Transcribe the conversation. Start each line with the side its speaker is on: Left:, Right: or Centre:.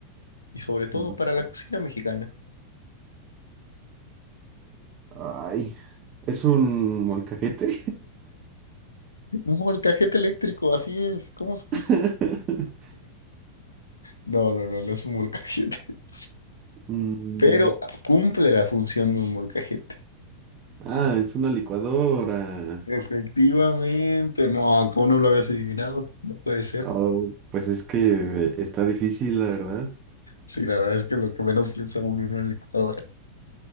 Left: Y sobre todo
Right: Mm,
Left: para la cocina mexicana.
Right: ay, ¿es un molcajete?
Left: Un molcajete eléctrico, así es. ¿Cómo supiste?
Right: <laughs>
Left: No, no, no, no es un molcajete. <laughs>
Right: Mm,
Left: Pero cumple la función de un molcajete.
Right: Ah, es una licuadora.
Left: Efectivamente. No, ¿cómo no lo habías adivinado? No puede ser.
Right: Oh, pues es que está difícil, la verdad.
Left: Sí, la verdad es que lo que menos piensa uno en una licuadora.